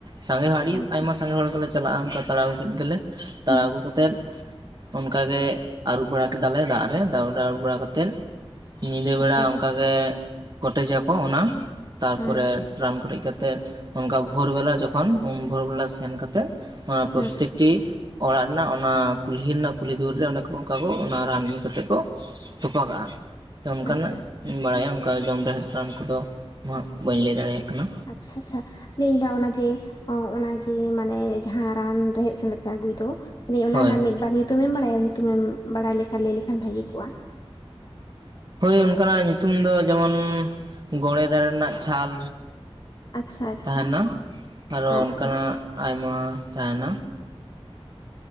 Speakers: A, on the right; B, on the left.
A: ᱥᱟᱸᱜᱮ ᱟᱹᱰᱤ
B: ᱟᱪᱪᱷᱟ
A: ᱟᱭᱢᱟ ᱥᱟᱸᱜᱮ ᱦᱚᱲ ᱜᱮᱞᱮ ᱪᱟᱞᱟᱜ-ᱟ ᱚᱱᱠᱟ ᱛᱟᱲᱟᱣ ᱟᱹᱜᱩ ᱠᱮᱫ ᱜᱮᱞᱮ ᱛᱟᱲᱟᱣ
B: ᱦᱩᱸ
A: ᱟᱹᱜᱩ ᱠᱟᱛ ᱮᱫ ᱚᱱᱠᱟ ᱜᱮ ᱟᱹᱨᱩᱵ ᱵᱟᱲᱟ ᱠᱮᱫᱟ ᱞᱮ ᱫᱟᱜ ᱨᱮ ᱛᱟᱯᱚᱨᱮ ᱟᱹᱨᱩᱵ ᱵᱟᱲᱟ ᱠᱟᱛᱮᱫ ᱧᱤᱫᱟᱹ ᱵᱮᱲᱟ
B: ᱟᱪᱪᱷᱟ
A: ᱚᱱᱠᱟ ᱜᱮ ᱠᱚᱴᱮᱡᱟᱠᱚ ᱚᱱᱟ ᱛᱟᱨᱯᱚᱨᱮ
B: ᱦᱩᱸ
A: ᱨᱟᱱ ᱠᱚᱴᱮᱡ ᱠᱟᱛᱮᱫ ᱚᱱᱠᱟ ᱵᱷᱳᱨ ᱵᱮᱞᱟ ᱡᱚᱠᱷᱚᱱ ᱩᱱ ᱵᱷᱳᱨ ᱵᱮᱞᱟ ᱥᱮᱱ ᱠᱟᱛᱮᱫ ᱚᱱᱟ ᱯᱨᱚᱛᱮᱠᱴᱤ
B: ᱦᱩᱸ
A: ᱚᱲᱟᱜ ᱨᱮᱱᱟᱜ ᱚᱱᱟ ᱠᱩᱞᱦᱤ ᱨᱮᱱᱟᱜ ᱠᱩᱞᱦᱤ ᱫᱩᱣᱟᱹᱨ ᱨᱮ ᱚᱱᱠᱟ ᱠᱚ ᱚᱱᱟ ᱨᱟᱱ ᱧᱩ ᱠᱟᱛᱮᱫ ᱠᱚ ᱛᱚᱯᱟᱠᱟᱜᱼᱟ ᱛᱚ ᱚᱱᱠᱟᱱᱟᱜ
B: ᱟᱪᱪᱷᱟ
A: ᱵᱟᱲᱟᱭᱟᱢ ᱚᱱᱠᱟ ᱡᱚᱢ ᱨᱮᱦᱮᱫ ᱨᱟᱱ ᱠᱚᱫᱚ ᱦᱟᱸᱜ ᱵᱟᱹᱧ ᱞᱟᱹᱭ ᱫᱟᱲᱮᱭᱟᱜ ᱠᱟᱱᱟ
B: ᱟᱪᱪᱷᱟ ᱟᱪᱪᱷᱟ ᱞᱟᱹᱭ ᱤᱧ ᱫᱟ ᱚᱱᱟ ᱡᱮ ᱚᱸ ᱚᱱᱟ ᱡᱮ ᱢᱟᱱᱮ ᱡᱟᱦᱟᱸ ᱨᱟᱱ ᱨᱮᱦᱮᱫ ᱥᱮᱸᱫᱮᱫ ᱯᱮ ᱟᱹᱜᱩᱭ ᱫᱚ ᱢᱮᱫᱟᱹᱧ ᱚᱱᱟ
A: ᱦᱳᱭ
B: ᱨᱮᱱᱟᱜ ᱢᱤᱫ ᱵᱟᱨ ᱧᱩ ᱛᱩᱢ ᱮᱢ ᱵᱟᱲᱟᱭᱟ ᱧᱩᱛᱩᱢ ᱮᱢ ᱵᱟᱲᱟᱭ ᱞᱮᱠᱷᱟᱱ ᱞᱟᱹᱭ ᱞᱮᱠᱷᱟᱱ ᱵᱷᱟᱹᱜᱤ ᱠᱚᱜ-ᱟ᱾
A: ᱦᱳᱭ ᱚᱱᱠᱟᱱᱟᱜ ᱧᱩᱛᱩᱢ ᱫᱚ ᱡᱮᱢᱚᱱ ᱜᱚᱲᱮ ᱫᱟᱨᱮ ᱨᱮᱱᱟᱜ ᱪᱷᱟᱞ
B: ᱟᱪᱪᱷᱟ ᱟᱪᱪᱷᱟ
A: ᱛᱟᱦᱮᱱᱟ ᱟᱨᱚ
B: ᱟᱪᱪᱷᱟ
A: ᱚᱱᱠᱟᱱᱟᱜ ᱟᱭᱢᱟ ᱛᱟᱦᱮᱱᱟ